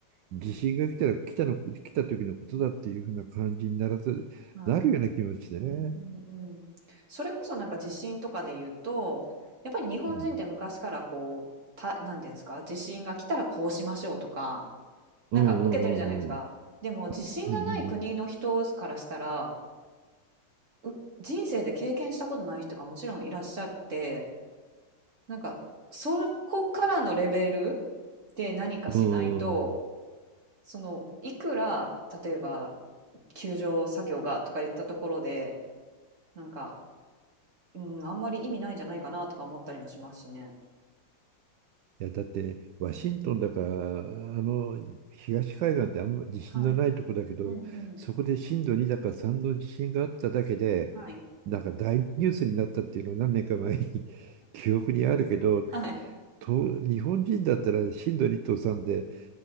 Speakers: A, on the right; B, on the right.
A: 地震が来たら来たの、来た時のことだっていうふうな感じにならず、
B: はい。
A: なるような気持ちでね。
B: うんうんうん。それこそなんか地震とかで言うと、やっぱり日本人って昔からこう、
A: うん
B: た、なんていうんですか、地震が来たらこうしましょうとか、
A: うんうんうんうん。
B: なんか受けてるじゃないですか。でも地震がない国の人からしたら、
A: うん
B: う人生で経験したことない人がもちろんいらっしゃって、なんかそこからのレベルで何かしないと
A: うんうん。うん
B: そのいくら例えば救助作業がとか言ったところでなんか、うん、あんまり意味ないんじゃないかなとか思ったりもしますしね。
A: いや、だって、ワシントンだから、あの、東海岸ってあんま地震のないとこだけど、
B: はい。うんうん。
A: そこで震度2だか3の地震があっただけで、
B: はい。
A: なんか大ニュースになったっていうのを何年か前に <laughs> 記憶にあるけど、
B: はい。
A: と、日本人だったら震度2と3で、